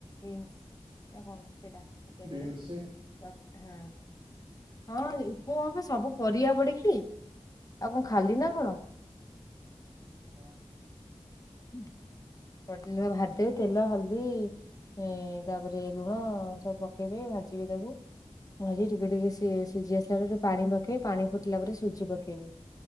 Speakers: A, on the left; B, on the right.
A: ବିନ୍ସ। ନା କଣ ସେଇଟା ପକେଇଦବେ
B: ବିନ୍ସ
A: ତ ହଁ ହଁ ଉପମା କଁ ସବୁ ପରିବା ପଡିକି? ଆଉ କଣ ଖାଲି ନା କଣ?
B: ଉଁ ହୁଁ।
A: ହୁଁ <unintelligible> ଭାଦବୁ ତେଲ ହଳଦୀ ହଁ ତାପରେ ଲୁଣ ସବୁ ପକେଇବେ ଭାଜି ବି ତାକୁ ମଝୀ ରେ ଟିକେ ଟିକେ ସିଏ ସିଝି ଆସିଲା ପରେ ପାଣି ପକେଇବେ ପାଣି ଫୁଟିଲା ପରେ ସୁଜି ପକେଇବେ